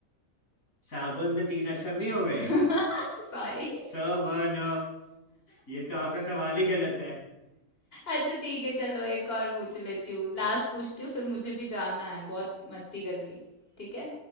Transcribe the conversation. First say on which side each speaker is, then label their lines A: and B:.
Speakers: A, on the left; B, on the left.
A: साबुन में तीन अक्षर नहीं हो गए
B: <laughs> सॉरी
A: स ब न ये तो आपका सवाल ही गलत है
B: अच्छा ठीक है चलो एक और पूछ लेती हूँ लास्ट पूछती हूँ फिर मुझे भी जाना है बहुत मस्ती कर ली ठीक है